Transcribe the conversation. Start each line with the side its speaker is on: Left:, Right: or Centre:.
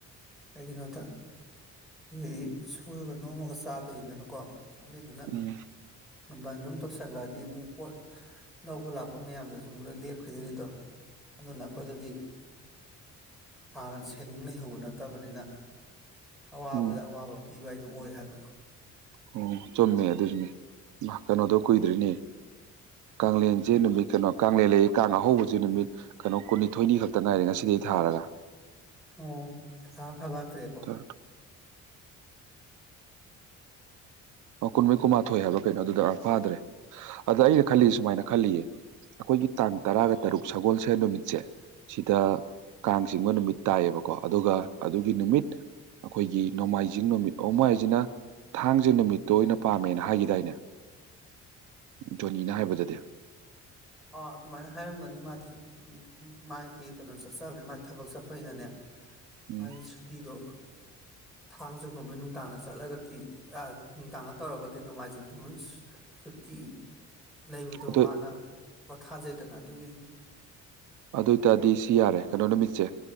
Centre: ꯀꯩꯒꯤꯅꯣꯗ ꯑꯩꯈꯣꯏꯒꯤꯗꯤ ꯁꯨꯔꯒ ꯅꯣꯝꯃꯒ ꯆꯥꯗꯣꯏꯅꯗꯅꯀꯣ ꯑꯗꯨꯏꯗꯨꯅ
Right: ꯎꯝ
Centre: ꯕꯟꯅꯨꯝ ꯇꯧꯁꯟꯒ꯭ꯔꯥꯗꯤ ꯃꯨꯛ ꯄꯣꯠ ꯂꯧꯕ ꯂꯥꯛ ꯋꯥ ꯃꯌꯥꯝꯗꯨꯖꯨ ꯑꯃꯨꯛ ꯂꯣꯏ ꯂꯦꯞꯈꯤꯗꯣꯏꯅꯤꯗꯣ ꯑꯗꯨꯅ ꯑꯩꯈꯣꯏꯗꯗꯤ ꯍꯥꯟꯅ ꯁꯦꯅꯤꯡ ꯂꯩꯍꯧꯕ ꯅꯠꯇꯕꯅꯤꯅ ꯑꯋꯥꯕꯗ
Right: ꯎꯝ
Centre: ꯑꯋꯥꯕ ꯄꯤꯕ ꯍꯥꯏꯗꯨ ꯑꯣꯏ ꯍꯥꯏꯕ
Right: ꯑꯣ ꯆꯨꯝꯃꯦ ꯑꯗꯨꯏꯁꯨꯅꯦ ꯃꯥ ꯀꯩꯅꯣꯗꯣ ꯀꯨꯏꯗ꯭ꯔꯤꯅꯦ ꯀꯥꯡꯂꯦꯟꯖꯦ ꯅꯨꯃꯤꯠ ꯀꯩꯅꯣ ꯀꯥꯡꯂꯦꯟ ꯂꯩꯌꯦ ꯀꯥꯡ ꯑꯍꯧꯕꯖꯦ ꯅꯨꯃꯤꯠ ꯀꯩꯅꯣ ꯀꯨꯟꯅꯤꯊꯣꯏꯅꯤ ꯈꯛꯇ ꯉꯥꯏꯔꯦ ꯉꯁꯤꯗꯩ ꯊꯥꯔꯒ
Centre: ꯑꯣ ꯊꯥ ꯑꯃ ꯐꯥꯕꯠꯇ꯭ꯔꯦꯀꯣ
Right: <unintelligible> ꯑꯣ ꯀꯨꯟꯃꯩ ꯀꯨꯟꯃꯥꯊꯣꯏ ꯍꯥꯏꯕ ꯀꯩꯅꯣ ꯑꯗꯨꯗ ꯑꯥ ꯐꯥꯗ꯭ꯔꯦ ꯑꯗ ꯑꯩꯅ ꯈꯜꯂꯤ ꯁꯨꯃꯥꯏꯅ ꯈꯜꯂꯤꯌꯦ ꯑꯩꯈꯣꯏꯒꯤ ꯇꯥꯡ ꯇꯔꯥꯒ ꯇꯔꯨꯛ ꯁꯒꯣꯟꯁꯦꯟ ꯅꯨꯃꯤꯠꯁꯦ ꯁꯤꯗ ꯀꯥꯡ ꯆꯤꯡꯕ ꯅꯨꯃꯤꯠ ꯇꯥꯏꯌꯦꯕꯀꯣ ꯑꯗꯨꯒ ꯑꯗꯨꯒꯤ ꯅꯨꯃꯤꯠ ꯑꯩꯈꯣꯏꯒꯤ ꯅꯣꯡꯃꯥꯏꯖꯤꯡ ꯅꯨꯃꯤꯠ ꯑꯣ ꯃꯣꯏ ꯍꯥꯏꯖꯤꯅ ꯊꯥꯡꯖ ꯅꯨꯃꯤꯠꯇꯣ ꯑꯣꯏꯅ ꯄꯥꯝꯃꯦꯅ ꯍꯥꯏꯒꯤꯗꯥꯏꯅꯦ ꯗꯣꯅꯤꯅ ꯍꯥꯏꯕꯗꯗꯤ
Centre: ꯑꯥ ꯑꯗꯨꯃꯥꯏꯅ ꯍꯥꯏꯔꯝꯒꯅꯤ ꯃꯥꯗꯤ ꯎꯝ ꯃꯥꯏꯗꯤ ꯀꯩꯅꯣ ꯆꯠꯆꯕꯅꯤ ꯃꯥꯥꯏ ꯊꯕꯛ ꯆꯠꯄꯅꯤꯅꯅꯦ
Right: ꯎꯝ
Centre: ꯃꯥꯒꯤ ꯇꯤꯗꯣ ꯊꯥꯡꯖꯒꯨꯝꯕ ꯅꯨꯡꯗꯥꯡꯗ ꯆꯠꯂꯒꯗꯤ ꯑꯥ ꯅꯨꯡꯗꯥꯡꯗ ꯇꯧꯔꯒꯗꯤ ꯅꯣꯡꯃꯥꯏꯖꯤꯡꯗꯨꯃꯥ <unintelligible> ꯁꯨꯇꯤ ꯂꯩꯕꯗꯣ
Right: ꯑꯗꯨ
Centre: ꯃꯥꯅ ꯄꯣꯊꯥꯖꯩꯗꯅ ꯑꯗꯨꯒꯤ
Right: ꯑꯗꯨꯏ ꯇꯥꯔꯗꯤ ꯁꯤ ꯌꯥꯔꯦ ꯀꯩꯅꯣ ꯅꯨꯃꯤꯠꯁꯦ